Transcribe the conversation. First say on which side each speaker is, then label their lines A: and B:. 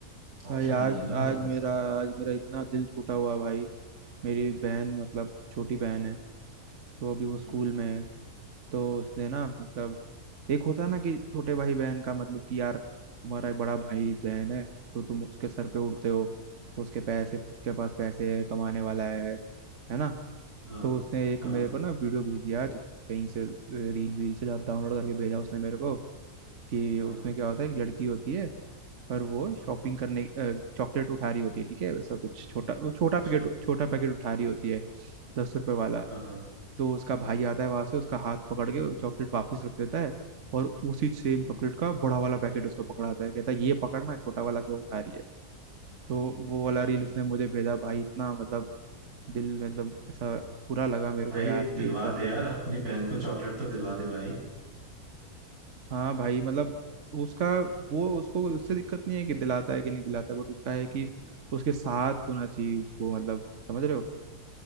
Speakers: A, on the right; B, on the right.
A: ऑप्शन
B: भाई आज
A: नहीं है ना हमारे
B: आज
A: पास
B: मेरा आज मेरा इतना दिल छूटा हुआ है भाई मेरी बहन मतलब छोटी बहन है तो अभी वो स्कूल
A: हम्म
B: में है तो उसने ना मतलब एक होता है ना कि छोटे भाई बहन का मतलब कि यार तुम्हारा एक बड़ा भाई बहन है तो तुम उसके सर पे उड़ते हो
A: हम्म,
B: उसके पैसे उसके पास पैसे है कमाने वाला है है ना
A: हाँ
B: तो उसने एक
A: हाँ
B: मेरे को ना वीडियो भेजी आज कहीं से रील वील से डाउनलोड करके भेजा उसने मेरे को कि
A: हाँ
B: उसमें क्या होता है एक लड़की होती है पर वो शॉपिंग
A: हम्म
B: करने चॉकलेट उठा रही होती है ठीक है वैसा कुछ छोटा वो छोटा
A: अच्छा
B: पैकेट छोटा पैकेट उठा रही होती है दस रुपए वाला
A: हाँ हाँ
B: तो उसका भाई आता है वहां से उसका हाथ पकड़ के चॉकलेट वापस रख देता है और उसी सेम
A: हम्म
B: चॉकलेट का बड़ा वाला पैकेट उसको पकड़ाता है कहता है ये पकड़ना है छोटा वाला क्यों उठा रही है तो वो
A: अच्छा
B: वाला रील उसने मुझे भेजा भाई इतना मतलब दिल मतलब ऐसा बुरा लगा मेरे
A: तो भाई
B: को यार कि
A: दिलवा
B: ऐसा सब
A: दे यार अपनी बहन को चॉकलेट तो दिलवा दे भाई
B: हाँ भाई मतलब उसका वो उसको उससे दिक्कत नहीं है कि दिलाता है कि नहीं दिलाता है बट उसका है कि
A: हम्म
B: उसके साथ होना चाहिए उसको मतलब समझ रहे हो